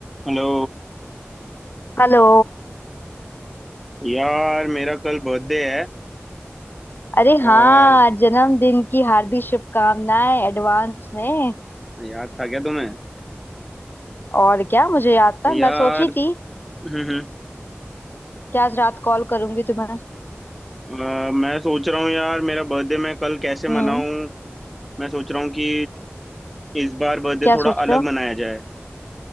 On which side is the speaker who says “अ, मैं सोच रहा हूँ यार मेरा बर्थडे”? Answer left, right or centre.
Centre